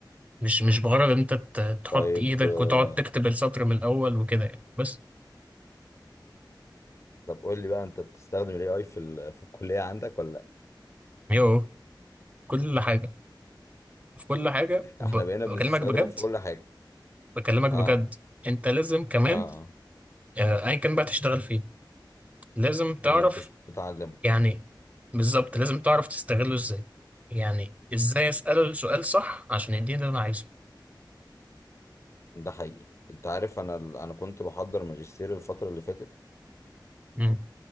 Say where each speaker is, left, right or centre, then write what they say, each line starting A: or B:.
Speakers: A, on the right; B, on the left.
A: مش مش بغرض ان انت ت- تحط
B: طيب
A: ايدك
B: آه،
A: وتقعد تكتب السطر من الاول وكده يعني بس
B: طب قول لي بقى انت بتستخدم الاي اي في ال... في الكليه عندك ولا
A: يو كل حاجة في كل حاجة وب-
B: لا احنا بقينا
A: بكلمك
B: بنستخدمه
A: بجد
B: في كل حاجه
A: بكلمك
B: اه
A: بجد انت لازم كمان
B: اه اه
A: آه، ايا كان بقى تشتغل فيه لازم تعرف
B: امم تس- تتعلمه
A: يعني بالظبط لازم تعرف تستغله ازاي يعني ازاي اساله السؤال صح عشان يديني اللي انا عايزه
B: ده حقيقي انت عارف انا ال- انا كنت بحضر ماجستير الفتره اللي فاتت
A: مم.